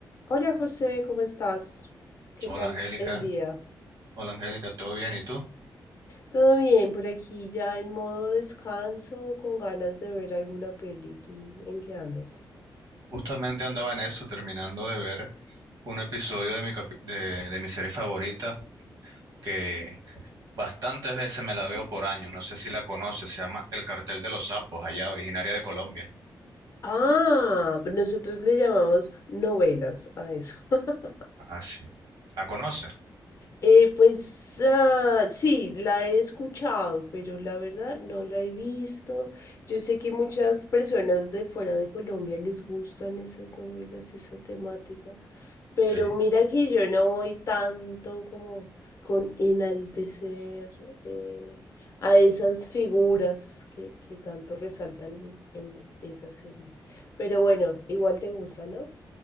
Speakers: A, on the left (about 45°); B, on the right (about 60°).
A: Hola José, ¿cómo estás? ¿Qué tal
B: Hola Angélica,
A: el día?
B: hola Angélica, ¿todo bien? ¿Y tú?
A: Todo bien, por aquí ya en modo descanso, con ganas de ver alguna peli. ¿Tú en qué andas?
B: Justamente andaba en eso, terminando de ver un episodio de mi, capi- de, de mi serie favorita que bastantes veces me la veo por año, no sé si la conoces, se llama El Cartel de los Sapos, allá originaria de Colombia.
A: Ah, nosotros le llamamos novelas a eso. <laughs>
B: Ah, sí. ¿La conoces?
A: Eh, pues ah, sí, la he escuchado, pero la verdad no la he visto. Yo sé que muchas personas de fuera de Colombia les gustan esas novelas, esa temática, pero
B: Sí.
A: mira que yo no voy tanto como con enaltecer eh, a esas figuras que, que tanto resaltan en, en esa serie. Pero bueno, igual te gusta, ¿no?